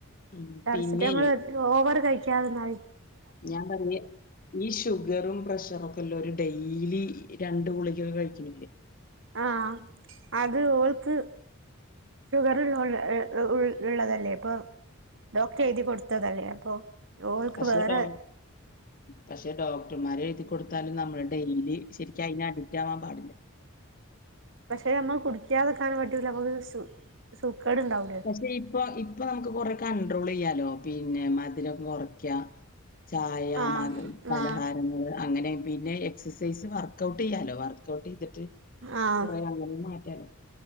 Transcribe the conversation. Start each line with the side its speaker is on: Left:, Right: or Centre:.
Left: ഉം.
Right: പാരസിറ്റമോള്
Left: പിന്നെ
Right: ഓവർ കഴിക്കാതന്നാല്
Left: ഞാപറ്ഞ്ഞ് ഈ ഷുഗറും പ്രഷറൊക്കെല്ലോരു ഡെയ്ലി രണ്ട് ഗുളികൊക്കെ കഴിക്കണില്ലേ.
Right: ആഹ് അത് ഓൾക്ക് ഷുഗർ ഉള് ള് ഉൾ ഇള്ളതല്ലേപ്പോ ഡോക്ടറെഴുതി കൊടുത്തതല്ലേ അപ്പൊ ഓൾക്ക്
Left: പഷ്ണ്
Right: വേറെ
Left: ‌ഡോ പക്ഷെ ഡോക്ടർമാരെഴുതിക്കൊട് ത്താലും നമ്മള് ഡെയിലി ശരിക്കയ്ന് അഡിക്റ്റാവാൻ പാടില്ല.
Right: പക്ഷെ നമ്മ കുടിക്കാതെ ക്കാനും പറ്റൂല്ല നമുക്ക് സു സൂക്കേട്ണ്ടാവൂടെ.
Left: ക്ഷെ ഇപ്പൊ ഇപ്പൊ നമുക്ക് കൊറെ കൺണ്ട്രോളെയ്യാലോ പിന്നെ മധുരം കൊറ്ക്കാ. ചായ
Right: ആഹ്
Left: മത് പലഹാരങ്ങള്
Right: ആഹ്
Left: അങ്ങനെ പിന്നെ എക്സസൈസ് വർക്കൗട്ടെയ്യാലോ വർക്കൗട്ടെയ്തിട്ട്
Right: ആഹ്
Left: കൊറേ അങ്ങനിം മാറ്റാലോ.